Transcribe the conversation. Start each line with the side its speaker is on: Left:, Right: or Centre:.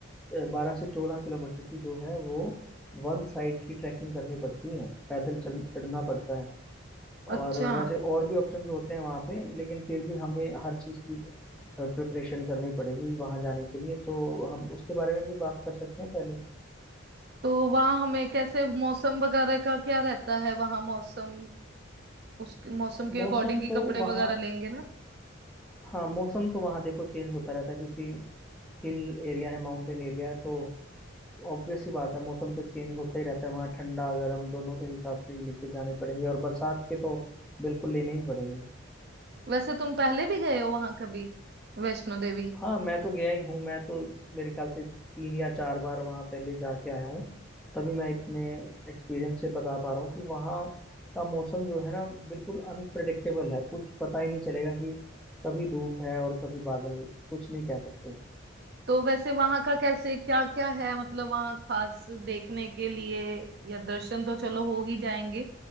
Centre: बारह से चौदह किलोमीटर की जो है वो वन साइड की ट्रैकिंग करनी पड़ती है पैदल चल चढ़ना पड़ता है
Right: अच्छा
Centre: और वैसे और भी ऑप्शंस होते हैं वहाँ पे लेकिन फिर भी हमें हर चीज़ की प्रिपरेशन करनी पड़ेगी वहाँ जाने के लिए तो हम उसके बारे में भी बात कर सकते हैं पहले
Right: तो वहाँ हमें कैसे मौसम वगैरह का क्या रहता है वहाँ मौसम उस मौसम के
Centre: मौसम
Right: अकॉर्डिंग ही
Centre: तो
Right: कपड़े
Centre: वहाँ
Right: वगैरह लेंगे ना
Centre: हाँ मौसम तो वहाँ देखो चेंज होता रहता है क्योंकि हिल एरिया है माउंटेन एरिया है तो ऑब्वियस ही बात है मौसम तो चेंज होता ही रहता है वहाँ ठंडा गर्म दोनों के हिसाब से ही लेके जाने पड़ेंगे और बरसात के तो बिल्कुल लेने ही पड़ेंगे
Right: वैसे तुम पहले भी गए हो वहाँ कभी वैष्णो देवी
Centre: हाँ मैं तो गया ही हूँ मैं तो मेरे ख्याल से तीन या चार बार वहाँ पहले जाके आया हूँ तभी मैं इतने एक्सपीरियंस से बता पा रहा हूँ कि वहाँ का मौसम जो है ना बिल्कुल अनप्रडिक्टेबल है कुछ पता ही नहीं चलेगा कि कभी धूप है और कभी बादल कुछ नहीं कह सकते
Right: तो वैसे वहां का कैसे क्या क्या है मतलब वहां खास देखने के लिए या दर्शन तो चलो हो ही जाएंगे